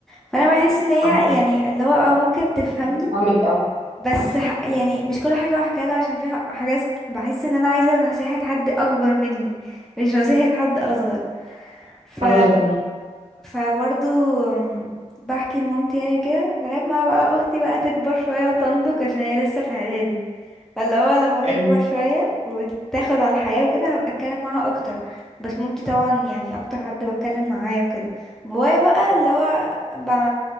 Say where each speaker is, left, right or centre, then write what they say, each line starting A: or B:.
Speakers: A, in the centre; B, on the right.
A: فانا بحس ان هي
B: أم-
A: يعني اللي هو اه ممكن تفهمني
B: بتفهمك أوي
A: بس ح... يعني مش كل حاجه بحكيها لها عشان في ح- حاجات بحس ان انا عايزه نصيحه حد اكبر مني مش نصيحه حد اصغر ف
B: أيوة
A: فبرضو أم، بحكي لمامتي يعني كده لغايه ما بقى اختي بقى تكبر شويه وتنضج عشان هي لسه في اعدادي فاللي هو لما تكبر
B: فاهمة
A: شوية وتتاخد على الحياة وكده هبقى اتكلم معاها اكتر بس مامتي طبعا يعني اكتر حد بتكلم معاه وكده بابايا بقى اللي هو ب...